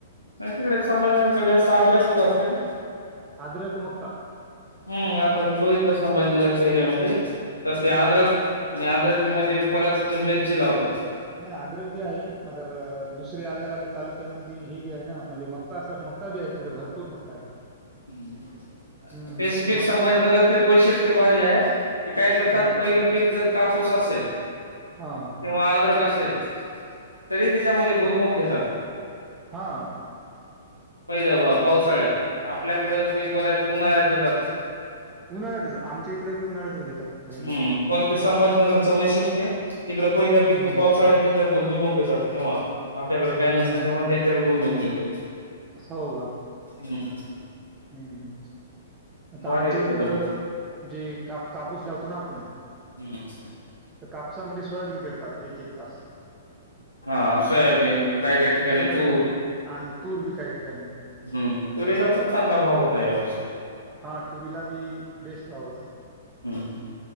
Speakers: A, on the left (about 85°); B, on the right (about 15°).
A: नाही तिकडं संभाजीनगरला जास्त आद्रकचं असते ना
B: अद्रक मक्का.
A: हम्म आता मी बघितलं संभाजीनगरच्या एरियामध्ये तर ते अदरक आणि अदरक मध्ये परत मिरची लावतात
B: नाही अदरक बी आहे मात्र दुसऱ्या अलग अलग तालुक्यामध्ये हे बी आहे ना म्हणजे मक्का असं म मक्का बी आहे तिकडं भरपूर मक्का आहे
A: हम्म
B: हं.
A: त्याज्यापेक्ष
B: मक्काचं
A: संभाजीनगरच एक वैशिष्ट्य भारी हाय ते काय करतात
B: हां,
A: पहिलं पीक जर कापूस असेल
B: हा हा.
A: किंवा अदरक असेल तरीही त्याच्यामध्ये भुईमुग घेतात.
B: हा
A: पहिल्या पावसाळ्यात आपल्याकडं ते बऱ्याच उन्हाळ्यात घेतात.
B: उन्हाळ्यातच आमच्या इकडं बी उन्हाळ्यातच घेतात. भुईमूग.
A: हम्म पण ते संभाजीनगरचं वैशिष्ट्य तिकडं पहिलं
B: हं,
A: पीक
B: हं,
A: पावसाळ्यात
B: हं.
A: घेतात भुईमग घेतात तेव्हा आपल्याकडं काही
B: हां,
A: नसतं
B: हां.
A: तेव्हा त्यांच्याकडे भुईमग मिळतं.
B: हो का?
A: हम्म
B: हम् आता
A: भारी
B: आमच्या
A: आहेत
B: इकडं
A: ते लोक
B: जे काप कापूस लावतो ना आपण
A: हम्म
B: तर कापसामध्ये सोयाबीन पेरतात एक एक तास
A: हा सोयाबीन काही काही ठिकाणी
B: सोयाबीन
A: तूर
B: आणि तूर बी काही ठिकाणी
A: हम्म तुरीला पण चांगला भाव होता या वर्षी
B: हा तुरीला बी बेस्ट भाव होता.
A: हम्म